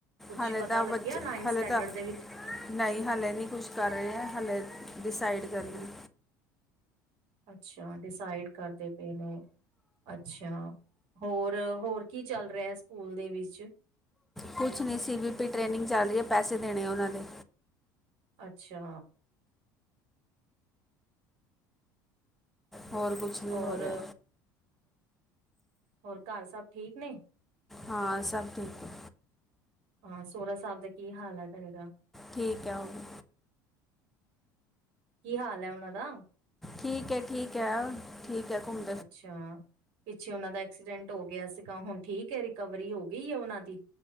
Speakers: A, on the right (about 65°); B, in the centre.
A: ਕੁਛ
B: ਹਲੇ
A: ਪਤਾ
B: ਤਾਂ
A: ਲੱਗਿਆ,
B: ਬੱਚੇ
A: ਨਾਈਨ
B: ਹਲੇ
A: ਸਟੈਂਡਰਡ
B: ਤਾਂ
A: ਦੇ ਵਿੱਚ
B: ਨਹੀਂ ਹਾਲੇ ਨਹੀਂ ਕੁਛ ਕਰ ਰਹੇ ਹੈ, ਹਾਲੇੇ ਡਿਸਾਈਡ ਕਰਨਾ
A: ਅੱਛਾ, ਡਿਸਾਈਡ ਕਰਦੇ ਪਏ ਨੇ ਅੱਛਾ, ਹੋਰ, ਹੋਰ ਕੀ ਚੱਲ ਰਿਹੇ ਸਕੂਲ ਦੇ ਵਿੱਚ
B: ਕੁਛ ਨਹੀਂ ਸੀ, ਵੀ ਪੀ ਟ੍ਰੇਨਿੰਗ ਚੱਲ ਰਹੀ ਹੈ, ਪੈਸੇ ਦੇਣੇ ਉਹਨਾਂ ਦੇ
A: ਅੱਛਾ।
B: ਹੋਰ ਕੁਛ ਨੀ
A: ਔਰ
B: ਹੋ ਰਿਹਾ।
A: ਹੋਰ, ਘਰ ਸਭ ਠੀਕ ਨੇ?
B: ਹਾਂ ਸਭ ਠੀਕ। ਹੈ
A: ਹਾਂ ਸੋਹਰਾ ਸਾਹਿਬ ਦਾ ਕੀ ਹਾਲ ਹੈ ਤੇਰੇ ਦਾ?
B: ਠੀਕ ਹੈ ਉਹ ਵੀ।
A: ਕੀ ਹਾਲ ਹੈ ਉਨਾਂ ਦਾ?
B: ਠੀਕ ਹੈ, ਠੀਕ ਹੈ। ਠੀਕ ਹੈ ਘੁੰਮ।
A: ਅੱਛਾ। ਪਿੱਛੇ ਉਹਨਾਂ ਦਾ ਐਕਸੀਡੈਂਟ ਹੋ ਗਿਆ ਸੀਗਾ ਹੁਣ ਠੀਕ ਹੈ ਰਿਕਵਰੀ ਹੋ ਗਈ ਹੈ ਉਹਨਾਂ ਦੀ?